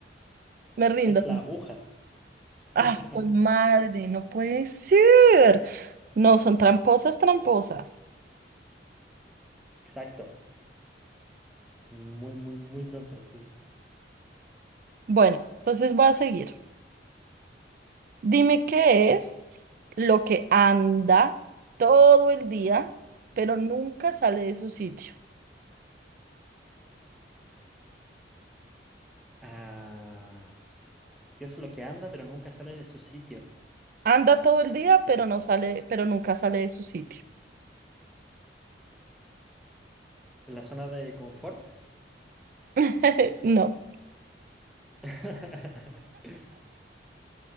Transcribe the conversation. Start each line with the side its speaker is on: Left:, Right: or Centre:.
Right: me rindo.
Centre: Es la aguja.
Right: Ah,
Centre: <laughs>
Right: por madre, no puede ser. No, son tramposas, tramposas.
Centre: Exacto. Muy, muy, muy tramposos.
Right: Bueno, entonces voy a seguir. Dime qué es lo que anda todo el día, pero nunca sale de su sitio.
Centre: Ah, ¿qué es lo que anda, pero nunca sale de su sitio?
Right: Anda todo el día, pero no sale, pero nunca sale de su sitio.
Centre: ¿La zona de confort?
Right: <laughs> No,
Centre: <laughs>